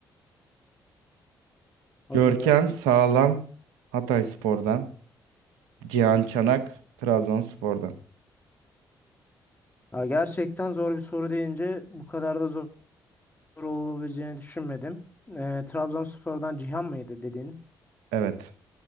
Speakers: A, on the left (about 20°); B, on the right (about 80°).
A: hazırım.
B: Görkem Sağlam Hatayspor'dan. Cihan Çanak Trabzonspor'dan.
A: Ha, gerçekten zor bir soru deyince bu kadar da zor olabileceğini düşünmedim. Ee, Trabzonspor'dan Cihan mıydı dedin?
B: Evet.